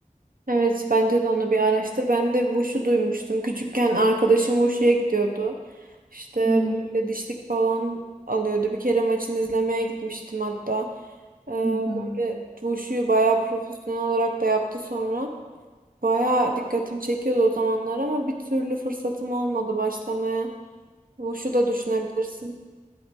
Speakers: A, on the right; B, on the right.
A: Evet bence de onu bir araştır. Ben de Wushu duymuştum. Küçükken arkadaşım Wushu'ya gidiyordu. İşte
B: Hı
A: böyle dişlik falan alıyordu. Bir kere maçını izlemeye gitmiştim hatta. Ee,
B: hı. hı.
A: böyle Wushu'yu bayağı profesyonel olarak da yaptı sonra. Bayağı dikkatim çekiyordu o zamanlar ama bir türlü fırsatım olmadı başlamaya. Wushu da düşünebilirsin.